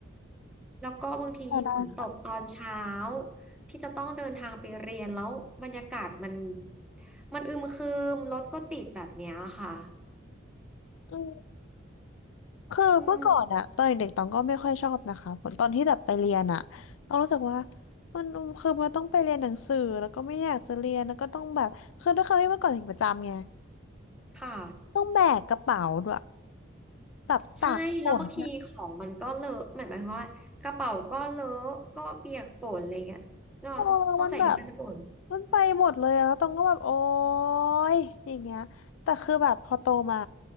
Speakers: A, in the centre; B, on the left (about 85°).
A: แล้วก็บางทีฝนตกตอนเช้า
B: ใช่ได้ค่
A: ที่จะต้องเดินทางไปเรียนแล้วบรรยากาศมันมันอึมครึมรถก็ติดแบบเนี้ยค่ะ
B: ะ คือเมื่อก่อนอะตอนเด็กๆตองก็ไม่ค่อยชอบนะคะผลตอนที่แบบไปเรียนอะตองรู้สึกว่า
A: อืม
B: มันคือมันต้องไปเรียนหนังสือแล้วก็ไม่อยากจะเรียนแล้วก็ต้องแบบคือด้วยความที่เมื่อก่อนเด็กประจำไง
A: ค่ะ
B: ต้องแบกกระเป๋าด้วยแบบตากฝนอะ
A: ใช่แล้วบางทีของมันก็เลอะหมายหมายความว่ากระเป๋าก็เลอะก็เปียกฝนอะไรเงี้ยเนาะต้องใส่ชุดกันฝน
B: โอ้มันแบบมันไปหมดเลยอะแล้วตองก็แบบโอ๊ยอย่างเงี้ยแต่คือแบบพอโตมา